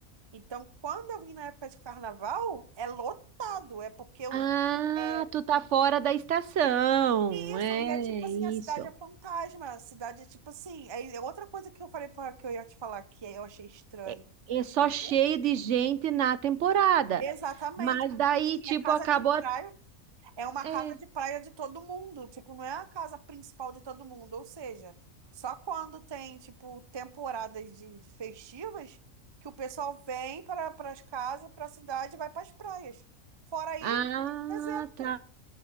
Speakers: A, on the right (about 30°); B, on the right (about 60°).
A: Então, quando eu vim na época de carnaval, é lotado, é porque eu
B: Ah,
A: vim. É
B: tu tá fora da estação.
A: isso,
B: É
A: e é tipo
B: isso.
A: assim, a cidade é fantasma, a cidade é tipo assim. É é outra coisa que eu falei para que eu ia te falar que eu achei estranho.
B: É, é só
A: Entendeu?
B: cheio de gente na temporada.
A: Exatamente.
B: Mas daí,
A: Porque, assim,
B: tipo,
A: é casa
B: acabou.
A: de praia.
B: a-
A: É uma
B: É.
A: casa de praia de todo mundo, tipo, não é a casa principal de todo mundo, ou seja, só quando tem, tipo, temporadas de, de festivas que o pessoal vem para as casas, para a cidade e vai para as praias. Fora isso,
B: Ah,
A: é deserto.
B: tá.